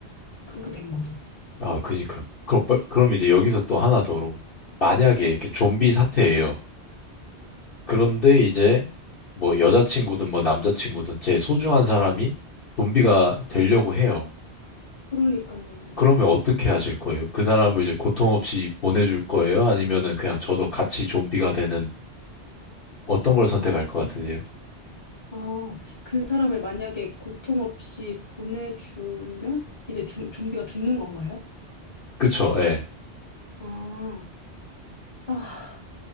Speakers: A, on the left; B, on the left.
A: 그렇게 된 거죠.
B: 아, 그니까. 그럼, 빠- 그럼 이제 여기서 또 하나 더로. 만약에
A: 네.
B: 이렇게 좀비 사태예요. 그런데 이제 뭐 여자친구든 뭐 남자친구든 제 소중한 사람이 좀비가 되려고 해요.
A: 그러니까요.
B: 그러면 어떻게 하실 거예요? 그 사람을 이제 고통 없이 보내줄 거예요? 아니면은 그냥 저도 같이 좀비가 되는 어떤 걸 선택할 것 같으세요?
A: 아, 그 사람을 만약에 고통 없이 보내주면 이제 주, 좀비가 죽는 건가요?
B: 그쵸, 예.
A: 아, 아,